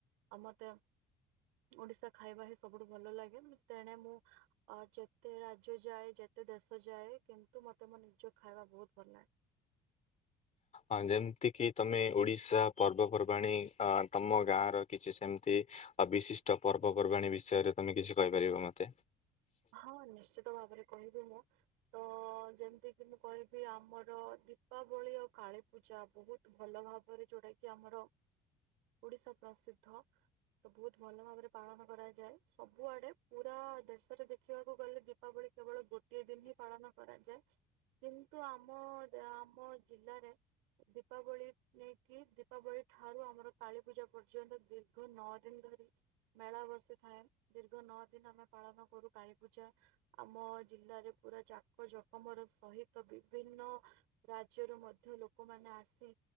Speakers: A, on the right (about 80°); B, on the left (about 40°).
A: ଆଉ ମତେ <inaudible> ଓଡିଶା ଖାଇବା ହିଁ ସବୁଠୁ ଭଲ ଲାଗେ ମୁ ତେଣେ ମୁଁ ଅ ଯେତେ ରାଜ୍ୟ ଯାଏ ଯେତେ ଶେଷ ଯାଏ କିନ୍ତୁ ମୋତେ ମୋ ନିଜ ଖାଇବା ବହୁତ ଭଲ ଲାଗେ।
B: ଅ ଯେମିତି କିି ତମେ ଓଡିଶା ପର୍ବପର୍ବାଣି ଅ ତମ ଗାଁ ର କିଛି ସେମିତି। ବିଶିଷ୍ଟ ପର୍ବପର୍ବାଣୀ ବିଷୟରେ ତମେ କିଛି କହିପାରିବ ମତେ।
A: ହଁ ନିଶ୍ଚିତ ଭାବରେ କହିବି ମୁଁ। ତ ଯେମିତି କିି ମୁଁ କହିବି- ଆମର ଦୀପାବଳି ଆଉ କାଳୀପୂଜା ବହୁତ ଭଲ। ଭାବରେ ଯୋଉଟା କି ଆମର ଓଡିଶା ପ୍ରସିଦ୍ଧ। ତ ବହୁତ ଭଲ ଭାବରେ ପାଳନ କରାଯାଏ। ସବୁଆଡେ ପୁରା ଦେଶରେ ଦେଖ। ଦେଖିବାକୁ ଗଲେ ଦୀପାବଳି କେବଳ ଗୋଟିଏ ଦିନ ହିଁ ପାଳନ କରାଯାଏ। କିନ୍ତୁ ଆମ, ଆମ ଜିଲ୍ଲାରେ ଦୀପାବଳି ନେଇକି ଦୀପାବଳି ଠାରୁ ଆମର କାଳୀପୂଜା ପର୍ଯ୍ୟନ୍ତ ଦୀର୍ଘ ନଅ ଦିନ ଧରି ମେଳା ବସିଥାଏ, ଦୀର୍ଘ ନଅ ଦିନ ଆମେ ପାଳନ କରୁ। ପୂଜା ଆମ ଜିଲ୍ଲାରେ ପୁରା ଜାକଜଖମର ସହିତ ବିଭିନ୍ନ ରାଜ୍ୟରୁ ମଧ୍ୟ ଲୋକମାନେ ଆସି